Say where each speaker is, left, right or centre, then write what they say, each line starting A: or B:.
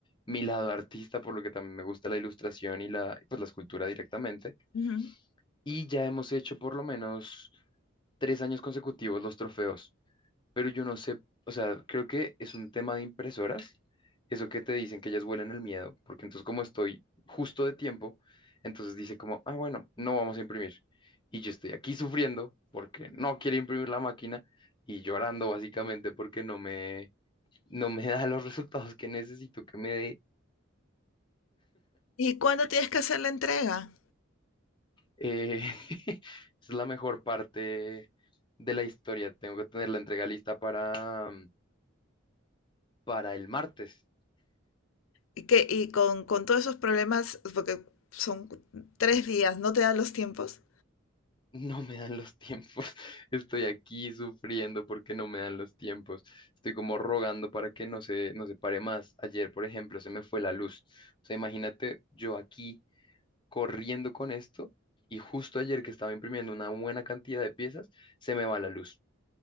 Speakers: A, on the left; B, on the left.
A: mi lado artista, por lo que también me gusta la ilustración y la, pues, la escultura directamente.
B: Ujú.
A: Y ya hemos hecho por lo menos tres años consecutivos los trofeos pero yo no sé, o sea, creo que es un tema de impresoras, eso que te dicen que ellas huelen el miedo, porque entonces como estoy justo de tiempo, entonces dice como, ah, bueno, no vamos a imprimir. Y yo estoy aquí sufriendo porque no quiere imprimir la máquina y llorando básicamente porque no me, no me <laughs> da los resultados que necesito que me dé.
B: ¿Y cuándo tienes que hacer la entrega?
A: Eh, <laughs> es la mejor parte de la historia. Tengo que tener la entrega lista para, para el martes.
B: Y que, y con, con todos esos problemas, porque son cu- tres días, ¿no te dan los tiempos?
A: No me dan los tiempos. <laughs> Estoy aquí sufriendo porque no me dan los tiempos. Estoy como rogando para que no se, no se pare más. Ayer, por ejemplo, se me fue la luz. O sea, imagínate yo aquí corriendo con esto y justo ayer que estaba imprimiendo una buena cantidad de piezas, se me va la luz.